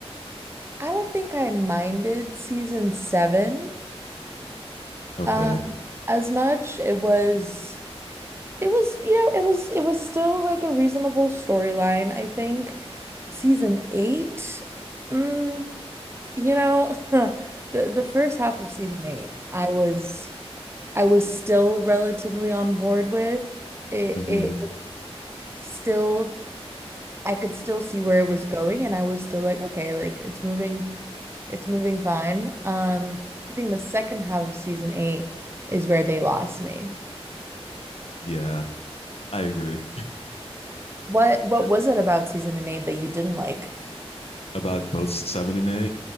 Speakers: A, on the right (about 25°); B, on the left (about 70°).
A: I don't think I minded season seven
B: Okay.
A: um as much. It was it was, you know, it was it was still like a reasonable storyline, I think. Season eight, mm, you know, <laughs> the the first half of season eight, I was I was still relatively on board with. It
B: hmm
A: it still I could still see where it was going and I was still like, okay, like it's moving, it's moving fine. Um, I think the second half of season eight is where they lost me.
B: Yeah, I agree
A: What what was it about season and eight that you didn't like?
B: <laughs> about both seven and eight.